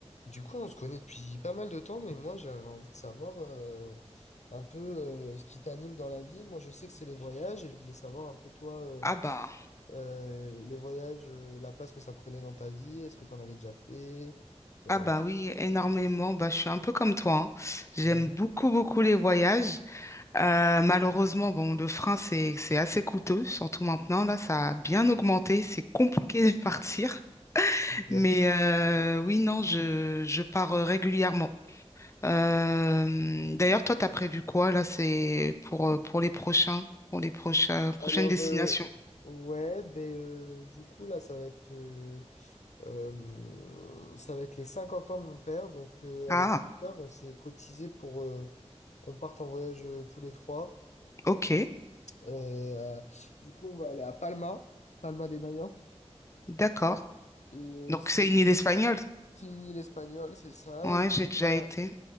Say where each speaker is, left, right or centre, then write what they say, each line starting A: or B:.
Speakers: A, on the left; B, on the left.
A: Du coup, on se connaît depuis pas mal de temps, mais moi, j'avais envie de savoir euh, un peu euh, ce qui t'anime dans la vie. Moi, je sais que c'est les voyages et je voulais savoir un peu toi, euh,
B: Ah bah,
A: euh, les voyages, euh, la place que ça prenait dans ta vie. Est-ce que tu en avais déjà fait? Euh,
B: ah bah oui, énormément. Bah, je suis un peu comme toi. hein. J'aime
A: comment tu
B: beaucoup, beaucoup les voyages. Euh, malheureusement, bon, le frein, c'est, c'est assez coûteux, surtout maintenant. Là, ça a bien augmenté. C'est compliqué de partir.
A: peux faire
B: Mais euh, oui, non, je, je pars euh, régulièrement. Euh, d'ailleurs, toi, t'as prévu quoi là, c'est pour, euh, pour les prochains, pour les prochains, prochaines
A: Alors,
B: destinations?
A: euh, ouais, ben, euh, du coup, là, ça va être, euh, euh, ça va être les 50 ans de mon père. Donc, euh,
B: Ah,
A: avec mon père, on s'est cotisé pour euh, qu'on parte en voyage euh, tous les trois.
B: ok,
A: Euh, du coup, on va aller à Palma, Palma de Mallorca.
B: d'accord.
A: Et euh,
B: Donc,
A: c'est
B: c'est une île espagnole.
A: c'est une île espagnole, c'est ça.
B: Ouais,
A: Et
B: j'ai déjà
A: on va-
B: été.